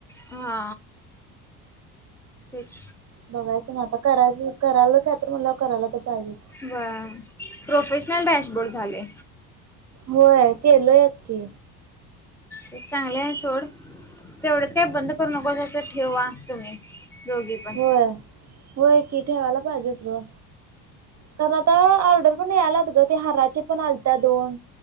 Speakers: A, in the centre; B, on the right.
A: हा तेच
B: बघायचं ना आता करायच करा की तर मला करायला तर पाहिजे.
A: बरं प्रोफेशनल डॅशबोर्ड झाले.
B: हो केलो यात की
A: ते चांगलं आहे सोड तेवढंच काही बंद करू नको त्याचं ठेवा तुम्ही-' दोघी पण
B: होय होय की ठेवायला पाहिजेच ग. कारण आता ऑर्डर पण आलात ग ते हाराची पण आल त्या दोन